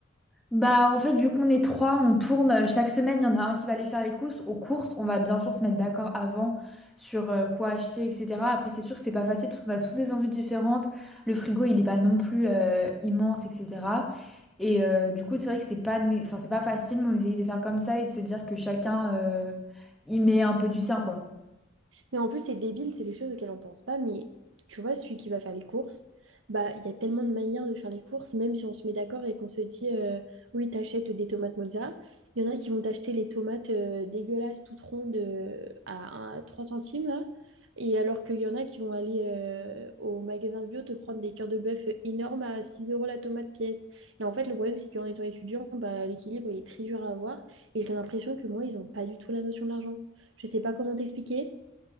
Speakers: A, in the centre; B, on the right.
A: Bah, en fait, vu qu'on est trois, on tourne. euh, Chaque semaine, il y en a un qui va aller faire les courses. Aux courses, on va bien sûr se mettre d'accord avant sur euh, quoi acheter, etc. Après, c'est sûr que c'est pas facile parce qu'on a tous des envies différentes. Le frigo, il est pas non plus euh, immense, etc. Et euh, du coup, c'est vrai que c'est pas, né- enfin, c'est pas facile, mais on essaye de faire comme ça et de se dire que chacun euh, y met un peu du sien, quoi.
B: Mais en plus, c'est débile, c'est des choses auxquelles on pense pas. Mais tu vois, celui qui va faire les courses, bah, il y a tellement de manières de faire les courses, même si on se met d'accord et qu'on se dit, euh, oui, t'achètes des tomates mozza. Il y en a qui vont t'acheter les tomates euh, dégueulasses, toutes rondes, euh, à, à 3 centimes, là. Et alors qu'il y en a qui vont aller euh, au magasin bio te prendre des cœurs de bœuf énormes à 6 euros la tomate pièce. Et en fait, le problème, c'est qu'en étant étudiant, bah, l'équilibre, il est très dur à avoir. Et j'ai l'impression que moi, ils n'ont pas du tout la notion de l'argent. Je sais pas comment t'expliquer,